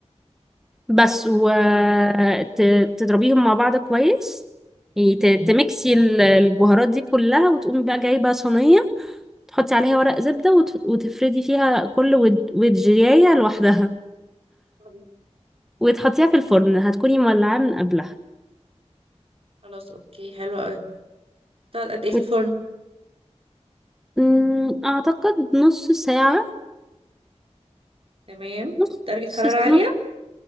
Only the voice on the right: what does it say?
اوكي
تمام.
خلاص اوكي حلو قوي تقعد قد ايه في
الفرن
تمام
درجة
حرارة عالية